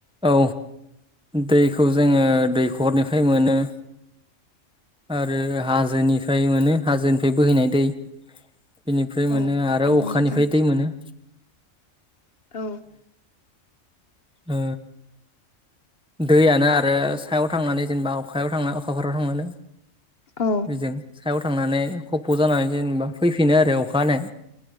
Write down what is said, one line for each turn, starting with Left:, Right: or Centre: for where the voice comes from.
Centre: औ दैखौ जोङो दैखरनिफ्राय मोनो। आरो हाजोनिफ्राय मोनो हाजोनिफ्राय बोहैनाय दै। बेनिफ्राय मोनो
Left: औ
Centre: आरो
Left: नंगौ
Centre: अखानिफ्राय
Left: नोंथां
Centre: दै मोनो।
Left: औ
Centre: ओ दैयानो आरो सायाव थांनानै जेनेबा अखायाव थांनानै अखाफोराव थांनानै
Left: औ
Centre: बेजों सायाव थांनानै खफ जानानै जेनेबा फैफिनो आरो। अखा हानाय